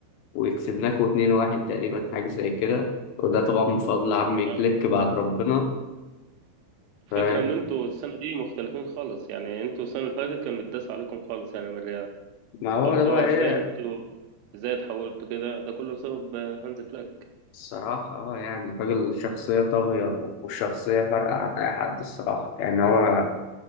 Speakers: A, on the left; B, on the right.
A: وكسبناكوا 2-1 تقريبا حاجه زي كده وده طبعا من فضل عمي
B: آه،
A: كليك بعد ربنا ف-
B: الفكرة إن أنتوا السنة دي مختلفين خالص يعني أنتوا السنة اللي فاتت كان متداس عليكم خالص يعني من الريال
A: ما هو
B: فاللي
A: ده
B: هو
A: بقى
B: إزاي
A: ايه
B: أنتوا إزاي اتحولتوا كده ده كله بسبب آه، هانز فليك
A: الصراحة اه يعني الراجل شخصية طاغية والشخصية فارقة عن أي حد الصراحة يعني هو